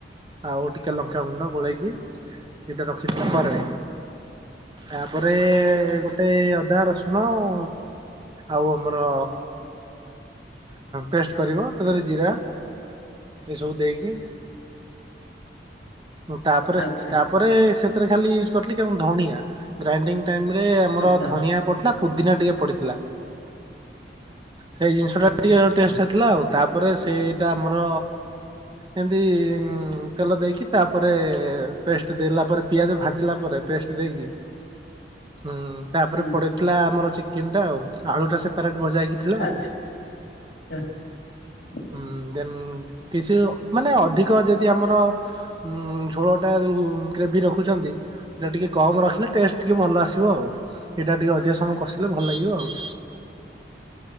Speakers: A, on the right; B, on the left.
A: ଆଉ ଟିକେ ଲଙ୍କାଗୁଣ୍ଡ ଗୋଳେଇକି ଏଇଟା ରଖିଦେଲା ପରେ ତାପରେ ଗୋଟେ ଅଦା ରସୁଣ ଓଁ ଆଉ ଆମର ପେଷ୍ଟ କରିବ ତା ଦେହରେ ଜିରା ଏସବୁ ଦେଇକି ଓ ତାପରେ
B: ଆଚ୍ଛା
A: ତାପରେ ସେଥିରେ ଖାଲି ୟୁଜ କରିଥିଲି ଧଣିଆ। ଗ୍ରାଇଣ୍ଡିଙ୍ଗ ଟାଇମ ରେ ଆମର
B: ଆଚ୍ଛା
A: ଧଣିଆ ପଡିଥିଲା ପୁଦିନା ଟିକେ ପଡିଥିଲା। ସେଇ ଜିନିଷଟା
B: ଆଚ୍ଛା
A: ଟିକେ ଟେଷ୍ଟ ହେଇଥିଲା ଆଉ ତାପରେ ସେଇଟା ଆମର ଏମିତି ତେଲ ଦେଇକି ତାପରେ ପେଷ୍ଟ ଦେଲା ପରେ ପିଆଜ ଭାଜିଲା ପରେ ପେଷ୍ଟ ଦେଇକି ହୁଁ। ତାପରେ
B: ହୁଁ
A: ପଡିଥିଲା ଆମର ଚିକେନ ଟା ଆଉ ଆଳୁ ଟା ସେପାରେଟ ଭଜା ହେଇକି ଥିଲା
B: ଆଚ୍ଛା <unintelligible>
A: ହୁଁ ଦେନ୍ କିଛି ମାନେ ଅଧିକ ଯଦି ଆମର ଙ ଝୋଳଟା ଯୋଉ ଗ୍ରେଭି ରଖୁଛନ୍ତି ଏଇଟା ଟିକେ କମ ରଖିଲେ ଟେଷ୍ଟ ଟିକେ ଭଲ ଆସିବ ଆଉ। ଏଇଟା ଟିକେ ଅଧିକ ସମୟ କଷିଲେ ଭଲ ଲାଗିବ ଆଉ।